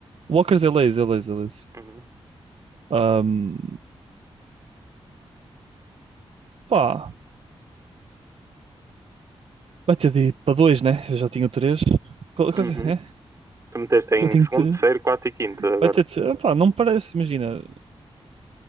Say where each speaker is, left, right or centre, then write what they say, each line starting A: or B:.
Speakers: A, on the right; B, on the right.
A: Walkers é Lay's, é Lay's, é Lay's.
B: Uhum.
A: Ahm, pá. Vai ter de ir para dois, né? Eu já tinha três. Qual- Coisa,
B: Uhum.
A: é?
B: Tu meteste em
A: Já tenho
B: segundo,
A: três.
B: terceiro, quarto e quinto agora.
A: Vai ter de ser. Pá, não me parece, imagina.